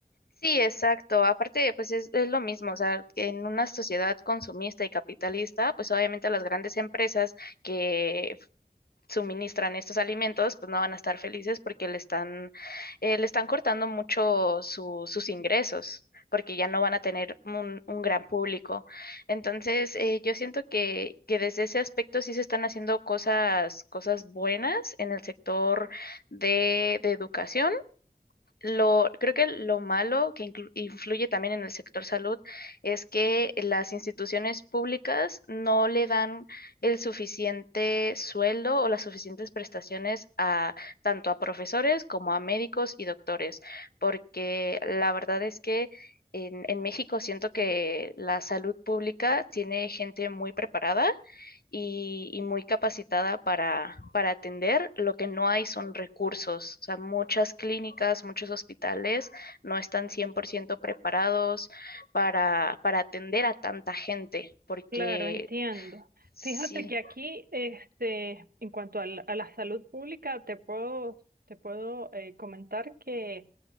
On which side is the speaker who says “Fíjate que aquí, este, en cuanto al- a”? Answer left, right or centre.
Right